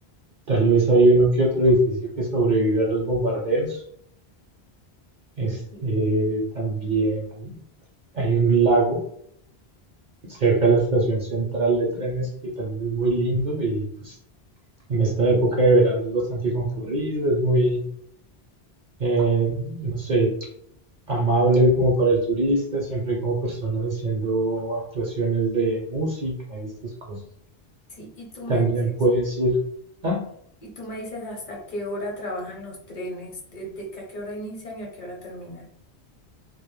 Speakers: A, on the right; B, on the left.
A: tal vez hay uno que otro edificio que sobrevive a los bombardeos. Este,
B: Sí.
A: también hay un lago cerca de la estación central de trenes que también es muy lindo y pues en esta época de verano es bastante concurrido, es muy, eh, no sé, amable como para el turista, siempre hay como personas haciendo actuaciones de música y estas cosas.
B: Sí, y tú me
A: También
B: dices,
A: puedes ir, ah,
B: y tú me dices hasta qué hora trabajan los trenes, desde que a qué hora inician y a qué hora terminan.